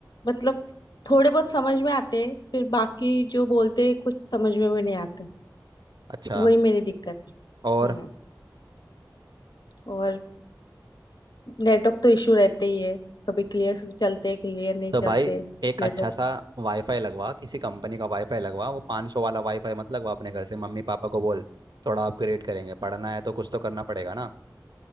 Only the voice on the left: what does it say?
मतलब थोड़े बहुत समझ में आते हैं फिर बाकी जो बोलते हैं कुछ समझ में भी नहीं आते
वही मेरी दिक्कत है
हम्म और नेटवर्क तो इशू रहते ही है कभी क्लियर चलते क्लियर नहीं
चलते
नेटवर्क